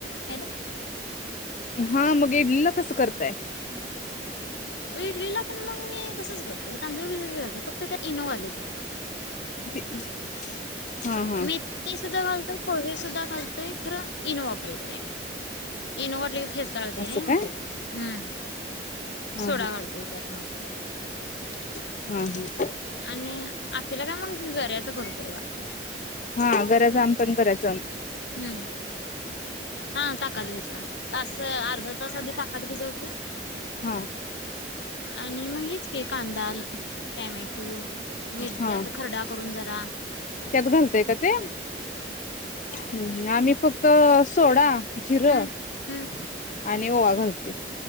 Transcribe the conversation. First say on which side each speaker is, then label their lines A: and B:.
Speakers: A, on the left; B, on the left.
A: Hello
B: हा मग इडलीला कस करताय.
A: ईडलीला पण मग मी तसंच बन तांदूळ भिजत घालतात फक्त इनोव दनाही म
B: <inaudible> हा हा
A: मेथी सुद्धा घालतोय पोहे सुद्धा घालतोय खरं इनो वापरत नाही मग ते इनो ने लई फेसाळते
B: असं
A: मग
B: काय
A: ते हम्म
B: हा
A: सोडा घालते त्यात मग
B: हम्म हम्म
A: आणि आपल्याला मग गऱ्याच करू तेव्हा
B: हा घपण करायच
A: हम्म हा ताकद भिजवून तास अर्धा तास आधी ताकद भिजव काय
B: हा
A: आणि मग हेच के कांदा टोमॅटो मिरची
B: हा
A: असं खरडा करून झाल. <inaudible>
B: त्यात घालता येत ते? हम्म- आम्ही फक्त सोडा, जिरं
A: हम्म हम्म
B: आणि ओवा घालते.